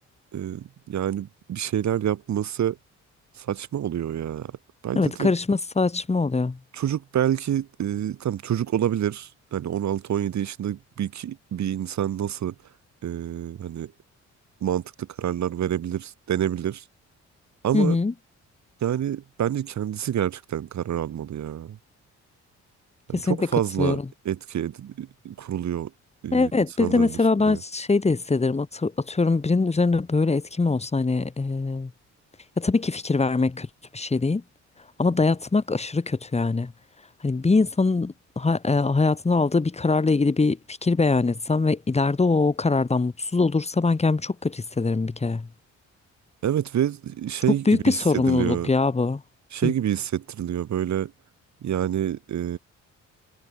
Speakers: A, on the right (about 65°); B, on the left (about 20°).
A: e, yani bir şeyler yapması saçma oluyor ya. Bence
B: Evet,
A: direkt
B: karışması saçma oluyor.
A: çocuk belki e, tam çocuk olabilir. Hani 16-17 yaşında bir, ki- bir insan nasıl e, hani mantıklı kararlar verebilir denebilir. Ama
B: Hı hı,
A: Yani bence kendisi gerçekten karar almalı ya.
B: kesinlikle
A: Yani çok fazla
B: katılıyorum.
A: etki ed- kuruluyor e,
B: Evet,
A: insanların
B: bir de mesela
A: üstüne.
B: ben şey de hissederim. Atı- Atıyorum birinin üzerine böyle etki mi olsa hani e, ya tabii ki fikir vermek kötü bir şey değil. Ama dayatmak aşırı kötü yani. Hani bir insanın ha- e, hayatında aldığı bir kararla ilgili bir fikir beyan etsem ve ileride o o karardan mutsuz olursa ben kendimi çok kötü hissederim bir kere.
A: Evet ve şey
B: Çok büyük
A: gibi
B: bir
A: hissediliyor.
B: sorumluluk ya bu.
A: Şey
B: Hı.
A: gibi hissettiriliyor böyle yani e,